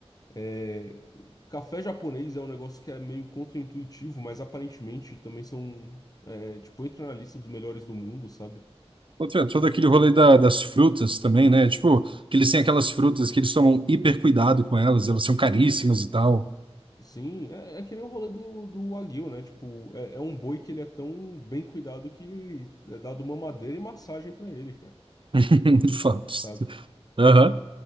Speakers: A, on the left; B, on the right.
A: É, o café japonês é um negócio que é meio contraintuitivo, mas aparentemente também são, é, tipo, entra na lista dos melhores do mundo, sabe?
B: Ô, Trento, Todo aquele rolê da- das frutas também, né? Tipo, que eles têm aquelas frutas que eles tomam hiper cuidado com elas, elas são caríssimas e tal.
A: Sim, é, é que nem o rolê do, do Wagyu, né? Tipo, é, é um boi que ele é tão bem cuidado que é dado uma madeira e massagem pra ele, cara,
B: <laughs> De fato.
A: sabe?
B: Aham.